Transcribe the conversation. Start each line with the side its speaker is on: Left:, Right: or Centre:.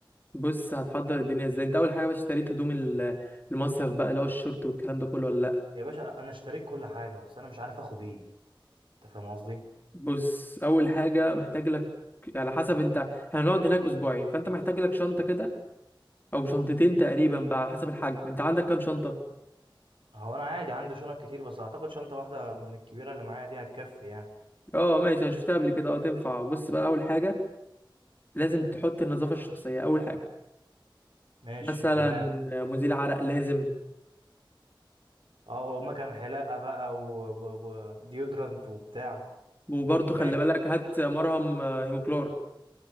Left: بص هتحضر الدنيا ازاي انت اول حاجه بس اشتريت هدوم ال- المصيف بقى اللي هو الشورت والكلام ده كله ولا لا
Right: يا باشا انا اشتريت كل حاجه بس انا مش عارف اخد ايه انت فاهم قصدي
Left: بص اول حاجه محتاج لك على حسب انت هنقعد هناك اسبوعين فانت محتاج لك شنطه كده او شنطتين تقريبا بقى على حسب الحجم انت عندك كام شنطه
Right: هو انا عادي عندي شنط كتير بس اعتقد شنطه واحده من الكبيره اللي معايا دي هتكفي يعني
Left: اه ماشي انا شفتها قبل كده اه تنفع بص بقى اول حاجه لازم تحط النظافه الشخصيه اول حاجه
Right: ماشي
Left: مثلا
Right: تمام
Left: مزيل عرق لازم
Right: اه ومكان حلاقه بقى و- و- وديودرنت وبتاع
Left: وبرضه
Right: ماشي
Left: خلي بالك هات مرهم آه، هيموكلور